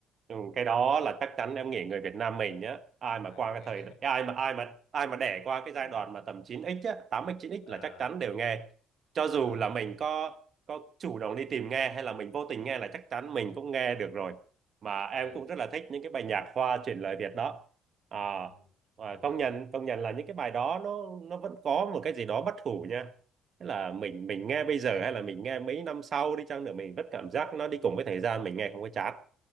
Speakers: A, on the right; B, on the left.
A: Ừ, cái đó là chắc chắn em nghĩ người Việt Nam mình nhá ai mà
B: ai
A: qua
B: cũng
A: cái
B: nghe
A: thời ai mà ai mà ai mà đẻ qua
B: <laughs>
A: cái giai đoạn mà tầm chín x á, 8x chín x
B: à
A: là chắc chắn đều nghe cho dù
B: à
A: là mình có có chủ động đi tìm nghe hay là mình vô tình nghe là chắc chắn mình cũng nghe được rồi mà em
B: ừ
A: cũng rất là thích những cái bài nhạc hoa chuyển lời Việt đó à,
B: ừ
A: à,
B: công
A: công
B: nhận
A: nhận công nhận là những cái bài đó nó nó vẫn có một cái gì đó bất hủ nha Tức là mình mình nghe bây giờ hay là mình nghe mấy năm sau đi chăng nữa mình vẫn cảm giác nó đi cùng với thời gian mình nghe không có chán